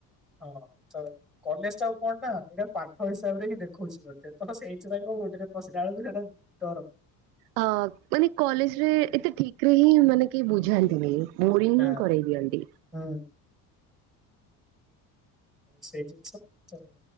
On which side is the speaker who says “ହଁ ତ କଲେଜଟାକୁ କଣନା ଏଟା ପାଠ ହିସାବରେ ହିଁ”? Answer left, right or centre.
Centre